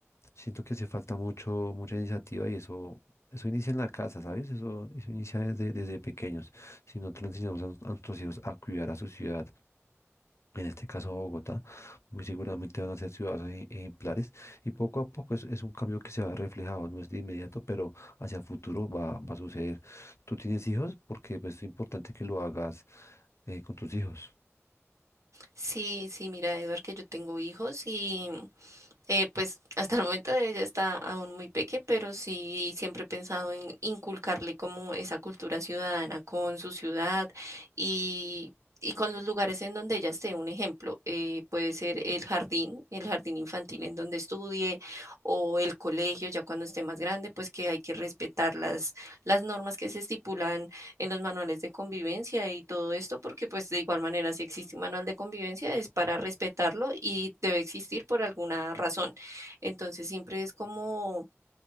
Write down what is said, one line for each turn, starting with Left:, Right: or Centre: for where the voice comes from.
Left: Siento que hace falta mucho, mucha iniciativa y eso, eso inicia en la casa, ¿sabes? Eso, eso inicia desde, desde pequeños. Si nosotros le enseñamos a, nos- a nuestros hijos a cuidar a su ciudad, en este caso Bogotá, muy seguramente van a ser ciudadanos ej- ejemplares y poco a poco es, es un cambio que se va reflejado, no es de inmediato, pero hacia futuro va, va a suceder. ¿Tú tienes hijos? Porque pues, es importante que lo hagas eh, con tus hijos.
Right: Sí, sí, mira, Eduard, que yo tengo hijos y eh, pues hasta el momento ella está aún muy peque, pero sí siempre he pensado en inculcarle como esa cultura ciudadana con su ciudad y, y con los lugares en donde ella esté. Un ejemplo, eh, puede ser el jardín, el jardín infantil en donde estudie o el colegio ya cuando esté más grande, pues que hay que respetar las, las normas que se estipulan en los manuales de convivencia y todo esto, porque pues de igual manera si existe un manual de convivencia es para respetarlo y debe existir por alguna razón. Entonces siempre es como,